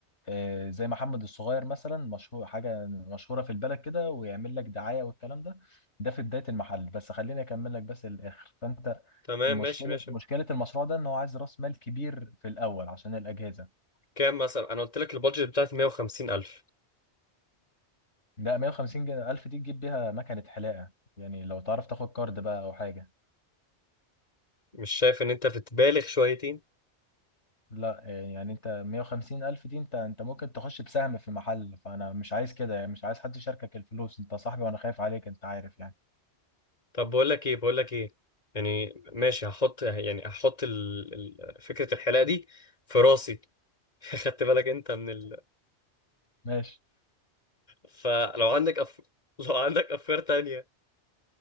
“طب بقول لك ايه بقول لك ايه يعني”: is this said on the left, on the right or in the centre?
Left